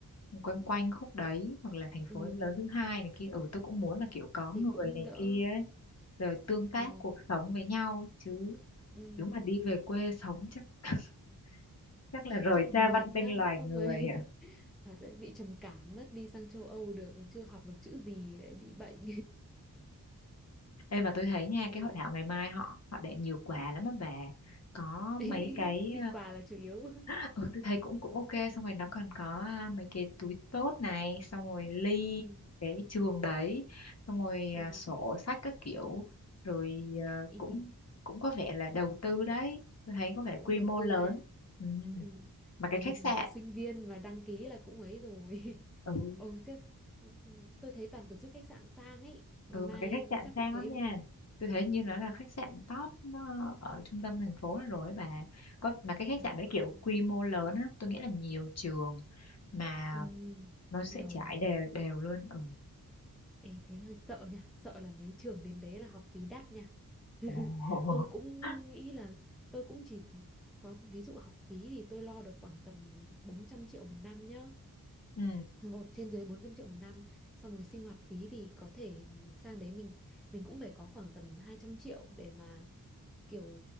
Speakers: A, on the left (about 45°); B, in the centre.
A: quanh quanh khúc đấy hoặc là thành
B: ừ.
A: phố lớn thứ hai này kia ừ tôi cũng muốn là kiểu có
B: thì
A: người
B: cũng
A: này
B: đỡ
A: kia ấy, rồi tương tác
B: ừ.
A: cuộc sống với nhau chứ
B: ừ.
A: nếu mà đi về quê sống chắc <laughs> chắc là rời
B: chắc mệt
A: xa văn minh
B: lắm
A: loài
B: không
A: người
B: ấy <laughs> thật đấy bị trầm cảm mất đi sang châu Âu được chưa học được chữ gì lại bị bệnh
A: Ê mà tôi thấy
B: <laughs>
A: nha cái
B: Ê.
A: hội thảo ngày mai họ họ để nhiều quà lắm á bà có
B: <laughs>
A: mấy cái
B: đi quà là chủ yếu
A: ờ, ừ tôi thấy cũng cũng ok xong rồi nó còn có à, mấy cái túi tốt này xong rồi ly
B: ừ.
A: cái trường đấy xong rồi
B: ờ.
A: à, sổ sách các kiểu rồi à,
B: ý,
A: cũng cũng có vẻ là đầu tư đấy tôi thấy
B: họ
A: có vẻ
B: cũng
A: quy
B: đầu
A: mô
B: tư
A: lớn
B: ha
A: ừ.
B: ừ.
A: mà
B: một
A: cái khách sạn
B: một sinh viên mà đăng ký là cũng ấy rồi
A: ừ
B: <laughs> ồ chắc tôi thấy toàn tổ chức khách sạn sang ấy ngày
A: ừ
B: mai
A: mà cái khách sạn
B: chắc
A: sang
B: cũng thế
A: lắm nha
B: đúng không
A: tôi thấy như nó là khách sạn top ờ, ở trung tâm thành phố rồi ấy bà có mà cái khách
B: trời
A: sạn đấy kiểu
B: ơi
A: quy mô lớn á tôi nghĩ là nhiều trường mà
B: ừ.
A: nó sẽ
B: giàu
A: trải
B: nhỉ
A: đều đều luôn ừ
B: Ê, thế hơi sợ nha sợ là mấy trường đến đấy là học phí đắt nha <laughs>
A: Ồ.
B: tôi cũng
A: <laughs>
B: nghĩ là tôi cũng chỉ có ví dụ học phí thì tôi lo được khoảng tầm 400 triệu một năm nhá
A: ừ
B: hộp trên dưới bốn trăm triệu một năm xong rồi sinh hoạt phí thì có thể sang đấy mình mình cũng phải có khoảng tầm 200 triệu để mà kiểu